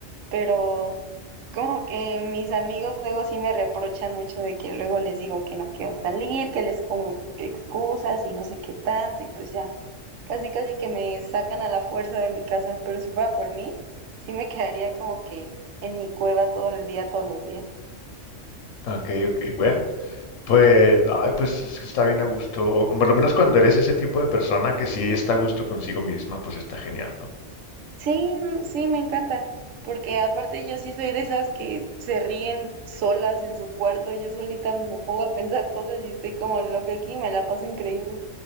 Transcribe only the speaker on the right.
pero como que mis amigos luego sí me reprochan mucho de que luego les digo que no quiero salir, que les pongo excusas y no sé qué tanto, y pues ya. Casi, casi que me sacan a la fuerza de mi casa, pero si fuera por mí, sí me quedaría como que en mi cueva todo el día, todos los días.
Sí, no, sí, me encanta, porque aparte yo sí soy de esas que se ríen solas en su cuarto, yo solita me pongo a pensar cosas y estoy como loca aquí, me la paso increíble.